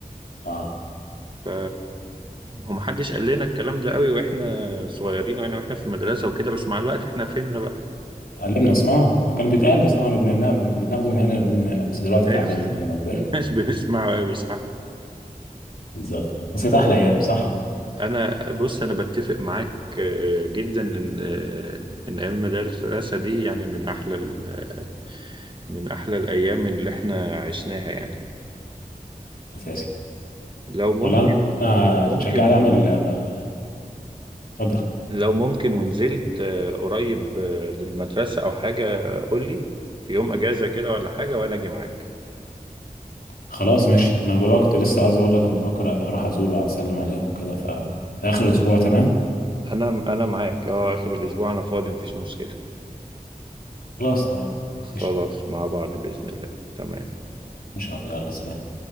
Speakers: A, on the left (about 75°); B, on the right (about 30°).
A: اه
B: ف هو محدش قال لنا الكلام ده قوي واحنا صغيرين يعني واحنا في المدرسة وكده بس مع الوقت احنا فهمنا بقى
A: اتعلمنا اسمها كان بيتقال بس آه، احنا بنمنع اللي بناخده من هنا نرميه من هنا بس دلوقتي
B: <laughs>
A: اتعلمنا لما كبرنا
B: مش بنسمعه قوي صح
A: بالظبط آه. بس كانت احلى ايام صح
B: انا بص انا بتفق معاك آه، جدا ان آه، ان ايام المدرسه دي يعني من احلى ال- آه، من احلى الايام اللي احنا عشناها يعني
A: اساسي
B: لو ممكن
A: ولا انا أنا
B: لو
A: اتشجعت
B: ممكن
A: اعمل ما- اتفضل
B: لو ممكن ونزلت آه، قريب آه، للمدرسه او حاجه قول لي في يوم اجازه كده ولا حاجه وانا اجي معاك
A: خلاص ماشي انا بقول لك كنت لسه عايز اقول لك انا بفكر اروح ازور واسلم عليهم وكده ف في اخر الاسبوع تمام
B: انا انا معاك اه اخر الاسبوع انا فاضي مفيش مشكله
A: خلاص تمام
B: خلاص
A: قشطة
B: مع بعض باذن الله تمام
A: ان شاء الله يلا سلام